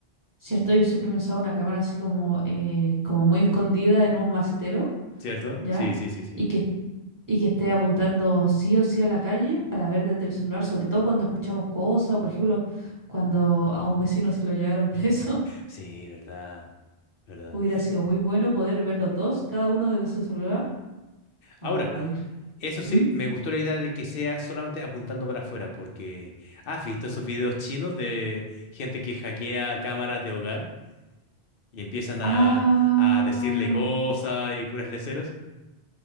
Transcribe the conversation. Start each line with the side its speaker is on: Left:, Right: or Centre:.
Right: Cierto, yo siempre pensaba una cámara así como, eh, como muy escondida en un macetero,
Left: ¿Cierto?
Right: ¿ya?
Left: Sí, sí, sí, sí.
Right: Y que, y que esté apuntando sí o sí a la calle para ver desde el celular, sobre todo cuando escuchamos cosas, o por ejemplo, cuando a un vecino se lo llevaron preso.
Left: Sí, verdad.
Right: <laughs>
Left: ¿Verdad?
Right: Hubiera sido muy bueno poder ver los dos, cada uno desde su celular. Ah,
Left: Ahora,
Right: igual.
Left: eso
Right: ¿Mm?
Left: sí, me gustó la idea de que sea solamente apuntando para afuera, porque ¿has visto esos videos chinos de gente que hackea cámaras de hogar y empiezan
Right: Ah,
Left: a, a decirle cosas y puras leceros?